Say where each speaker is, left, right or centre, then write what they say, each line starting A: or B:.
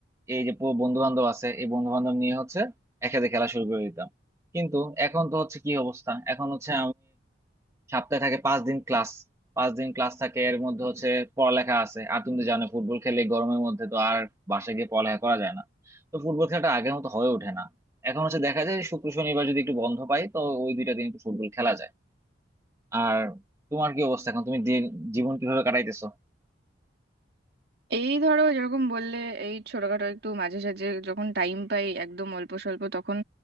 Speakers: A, on the right; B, on the right.
A: এই যে বন্ধু বান্ধব আছে এই বন্ধু বান্ধব নিয়ে হচ্ছে একসাথে খেলা শুরু করে দিতাম কিন্তু এখন তো হচ্ছে কি অবস্থা এখন হচ্ছে সপ্তাহে থাকে পাঁচ দিন ক্লাস পাঁচ দিন ক্লাস থাকে এর মধ্যে হচ্ছে পড়ালেখা আছে আর তুমি তো জানো ফুটবল খেলে এই গরমের মধ্যে তো আর বাসায় গিয়ে পড়ালেখা করা যায় না তো ফুটবল খেলাটা আগের মতো হয়ে ওঠে না এখন হচ্ছে দেখা যায় শুক্র শনিবার যদি একটু বন্ধ পাই তো ওই দুইটা দিন একটু ফুটবল খেলা যায় আর তোমার কি অবস্থা এখন তুমি দিন- জীবন কিভাবে কাটাইতেছো
B: এই ধরো যেরকম বললে এই ছোটখাটো একটু মাঝে সাঝে যখন টাইম পাই একদম অল্প স্বল্প তখন